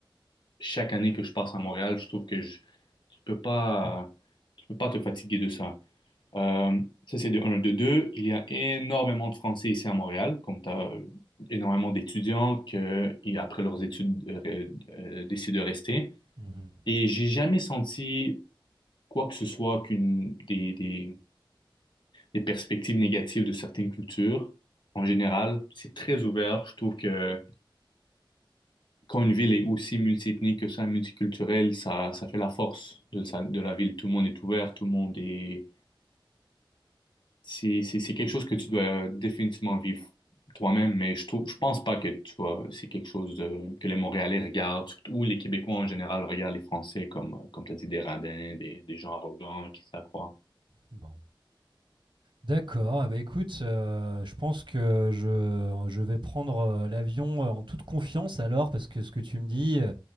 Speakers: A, on the left; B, on the right.
A: chaque année que je passe à Montréal, je trouve que je, tu peux pas, tu peux pas te fatiguer de ça. Euh, ça, c'est de un. De deux, il y a énormément de Français ici à Montréal, comme tu as énormément d'étudiants qui, après leurs études, euh, euh, décident de rester.
B: mhm,
A: Et j'ai jamais senti quoi que ce soit qu'une des, des les perspectives négatives de certaines cultures. En général, c'est très ouvert. Je trouve que quand une ville est aussi multiethnique que ça, multiculturelle, ça, ça fait la force de, sa- de la ville. Tout le monde est ouvert, tout le monde est... C'est, c'est, c'est quelque chose que tu dois définitivement vivre toi-même, mais je trouve, je pense pas que tu vois, c'est quelque chose de- que les Montréalais regardent, surtout, ou les Québécois en général regardent les Français comme, euh, comme tu as dit, des radins, des, des gens arrogants qui s'accroient.
B: mhm. Bon. D'accord, eh ben, écoute, heu, je pense que je je vais prendre, heu, l'avion, heu, en toute confiance alors parce que ce que tu me dis, heu,